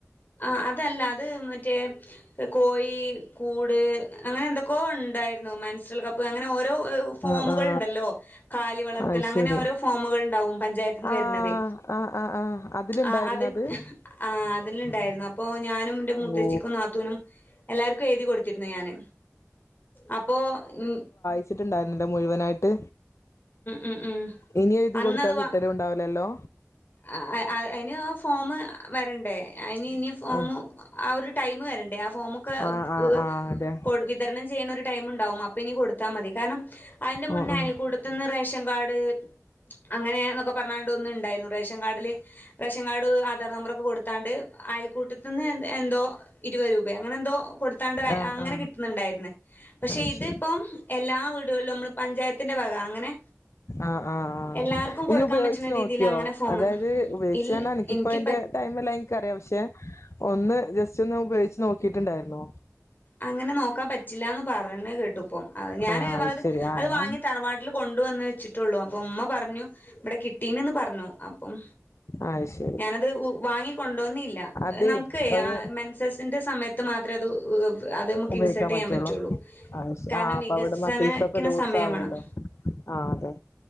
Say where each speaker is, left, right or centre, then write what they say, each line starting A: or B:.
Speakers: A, on the left; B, on the left.
A: ആഹ് അതല്ല അത് മറ്റേ കോഴി കൂട് അങ്ങനെ എന്തൊക്കോ ഇണ്ടായിര്ന്നു മൻസ് സ്വറൽ കപ്പ് അങ്ങനെ ഓരോ ഫോമുകൾ
B: ആ ആ
A: ഇണ്ടല്ലോ കാലി വളർത്തൽ
B: അത്
A: അങ്ങനെ
B: ശരി
A: ഓരോ ഫോമുകൾണ്ടാവും പാഞ്ചയത് ന്ന്
B: ആ
A: വെര്നത്
B: ആ ആ ആ അതിലുണ്ടായിരുന്ന
A: ആഹ് അതിൽ
B: അത്
A: ആഹ് അതില്ണ്ടായ്ര്ന്നു അപ്പൊ ഞാനും ന്റെ മൂത്തച്ഛിക്കും
B: ഓ
A: ന്നാത്തൂനും എല്ലാര്ക്കും എഴ്തി കൊട്ത്തിര്ന്നു ഞാന് അപ്പൊ ഇം
B: ച്ച്ട്ട് ഇണ്ടായ്ര്ന്നില മുഴുവനായ് ട്ട്
A: ഉം ഉം
B: ഇനി എഴ്തി
A: അന്നത്
B: കൊട്ത്താ കിട്ടലു
A: വാ
B: ഇണ്ടാവൂലല്ലോ.
A: അ അയ് അ അയ്ന് ഫോമ് വരണ്ടേ അയ്ന് ഇനി ഫോമ്
B: ആ
A: ആ ഒര് ടൈമ് വരണ്ടേ ആഹ് ഫോമൊക്കെ
B: ആ ആ
A: എഹ്
B: ആ അതെ
A: കൊട് വിതരണം ചെയ്യണ ഒരു ടൈം ഉണ്ടാവും അപ്പൊ ഇനി കൊടുത്താ മതി. കാരണം അയിന്റെ മുന്നേ
B: ഓ ഓ
A: അയൽക്കൂട്ട ത്ത്ന്ന് റേഷൻ കാഡ് അങ്ങനെ ന്നൊക്കെ പർഞ്ഞാണ്ട് ഒന്ന് ഇണ്ടായിന്നു. റേഷൻ കാർഡില് റേഷൻ കാർഡ് ആധാർ നമ്പറൊക്കെ കൊടുത്താണ്ട് അയൽക്കൂട്ടത്ത്ന്ന് എ എന്തോ ഇരുപത് രൂപെ അങ്ങനെ എന്തോ കൊടുത്താണ്ട്
B: ആ
A: അങ്ങനെ
B: ആ
A: കിട്ട്ന്ന്ണ്ടായിര്ന്ന്. പക്ഷെ
B: അത്
A: ഇതിപ്പം
B: ശരി
A: എല്ലാ വീടുകളിലും നമ്മള് പഞ്ചായത്തിന്റെ വക. അങ്ങനെ
B: ആഹ് ആഹ്.
A: എല്ലാവർക്കും
B: ഇജ്ജ്
A: കൊടുക്കാൻ
B: ഉപയോഗിച്ച്
A: പറ്റുന്ന
B: നോക്കിയോ?
A: രീതിയിൽ അങ്ങനെ ഫോമ്
B: അതായത് ഉപയോഗിച്ചാ
A: ഇല്ല
B: പർഞാ എനിക്കിപ്പോ
A: എനിക്ക്
B: അതിന്റെ
A: പ
B: ടൈമല്ലാ ഇൻക്കറിയാ. പക്ഷെ ഒന്ന് ജ ജെസ്റ്റ് ഒന്ന് ഉപയോഗിച്ച് നോക്കിയിട്ടുണ്ടായിന്നോ.
A: അങ്ങനെ നോക്കാൻ പറ്റില്ലാന്ന് പറ് ണെ കേട്ടു ഇപ്പം. ഞാൻ
B: ആഹ്
A: അത്
B: ശരി ആ
A: അത്
B: എന്നാ
A: വാങ്ങി തറവാട്ട്ല് കൊണ്ടുവന്ന് വെച്ചിട്ടൊള്ളൂ. അപ്പം ഉമ്മ പറഞ്ഞു, ഇബടെ കിട്ടീന് ന്ന് പറഞ്ഞു അപ്പം
B: അഹ് ശ്
A: ഞാനത് വാങ്ങി കൊണ്ടോന്നില്ല.
B: അതേ
A: നമുക്കേ
B: ഒരു
A: മെൻ സസിന്റെ സമയത്ത് മാത്രേ അത് അത് നമുക്ക്
B: ഉപയോഗിക്കാൻ
A: ഇൻസർട്ട് ചെയ്യാൻ
B: പറ്റുള്ളൂ
A: പറ്റൊള്ളു.
B: ആഹ് ശ
A: കാരണം
B: ആഹ് അപ്പൊ
A: വികസനക്ക്ണെ
B: അവിടെ മസിൽസ് ഒക്കെ ലൂസ്
A: സമയം
B: ആവുമല്ലോ
A: വാണം.
B: ആഹ് അതെ.